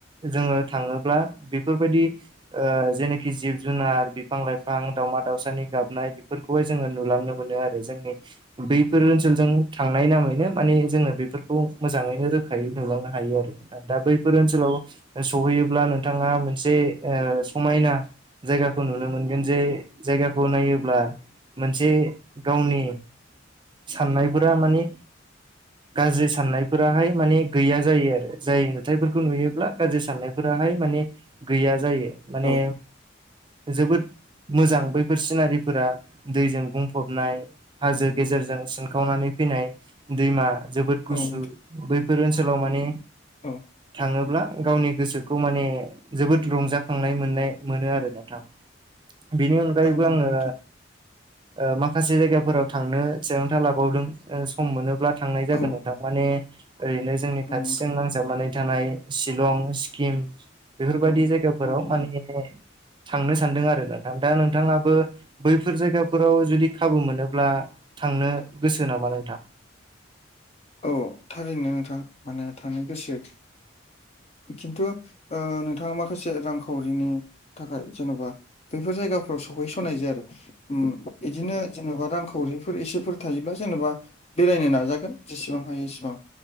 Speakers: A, on the right; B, on the left.
A: जोङो थाङोब्ला बेफोर बायदि ओ जेनाखि जिब-जुनार बिफां-लाइफां दावउमा-दाउसानि गाबनाय बेफोरखौ खौहाय जोङो नुलांनो मोनो आरो जोंनि बैफोर ओनसोलजों थांनाय नामैनो माने जोङो बेफोरखौ मोजाङैनो रोखायै नुलांनो हायो आरो। दा बैफोर ओनसोलाव सहैयोब्ला नोंथाङा मोनसे ओ समायना जायगाखौ नुनो मोनगोन जे जायगाखौ नायोब्ला मोनसे गावनि साननायफोरा माने गाज्रि साननायफोराहाय माने गैया जायो आरो जाय नुथायफोरखौ नुयोब्ला गाज्रि साननायफोरा हाय माने गैया जायो माने
B: औ
A: जोबोद मोजां बैफोर सिनारिफोरा दैजों बुंफबनाय हाजो गेजेरजों सिनखावनानै फैनाय दैमा जोबोद गुसु
B: औ नोंथां
A: बैफोर ओनसोलाव माने
B: औ
A: थाङोब्ला गावनि गोसो खौ माने जोबोद रंजाखांनाय मोननाय मोनो आरो नोंथां। बिनि अनगायैबो
B: औ नंगौ
A: आङो
B: नोंथां
A: ओ माखासे जायगाफोराव थांनो थिरांथा लाबावदों। ओ सम मोनोब्ला थांनाय जागोन
B: औ
A: नोंथां माने ओरैनो जोंनि
B: औ
A: खाथिजों
B: नोंथां
A: नांजाबनानै थानाय शिलं सिक्किम बेफोरबायदि
B: औ
A: जायगाफोराव
B: औ नोंथां
A: माने थांनो सान्दों आरो नोंथां दा नोंथाङाबो बैफोर जायगाफोराव जुदि खाबु मोनोब्ला थांनो गोसो नामा नोंथां?
B: औ थारैनो नोंथां माने थांनो गोसो खिनतु ओ नोंथा माखासे रांखावरिनि थाखाय जेनबा बैफोर जायगाफ्राव सहैसनाय जाया आरो। उम इदिनो जेनबा रांखावरिफोर एसेफोर थायोब्ला जेनेबा बेरायनो नाजागोन जेसेबां हायो एसेबां